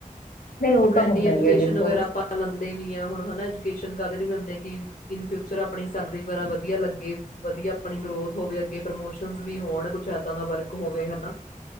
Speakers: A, on the left; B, on the left.
A: ਨਹੀਂ ਉਹ
B: ਹੁਣ,
A: ਤਾਂ
B: ਇਨੀ
A: ਹੁੰਦਾ
B: ਐਜੂਕੇਸ਼ਨ
A: ਹੀ ਹੈ ਦੇਖੋ।
B: ਵਗੈਰਾ
A: ਸਟੇਸ਼ਨ
B: ਆਪਾ ਲੈਂਦੇ ਵੀ ਆ, ਹੁਣ ਹਣਾ, ਐਜੂਕੇਸ਼ਨ ਕਾਦੇ ਲੀ ਲੈਂਦੇ, ਕਿ ਇਨ ਫਿਊਚਰ ਆਪਣੀ ਸੈਲਰੀ ਵਗੈਰਾ ਵਧੀਆ ਲੱਗੇ,
A: ਫੋਲੋ ਦੇਖਦੇ ਹਾਂ ਆਪਣਾ ਸਟੇਸ਼ਨ ਵਾਲੇ
B: ਵਧੀਆ
A: ਵੀ
B: ਆਪਣੀ ਗਰੋਥ ਹੋਵੇ, ਅਗੇ ਪ੍ਰਮੋਸ਼ਨ ਵੀ ਹੋਣ, ਕੁਛ ਦਾ ਵਰਕ ਹੋਵੇ,
A: ਹੁੰਦੇ
B: ਹਨਾ।
A: ਨੇ ਬਿਲਕੁਲ ਆਪਣੇ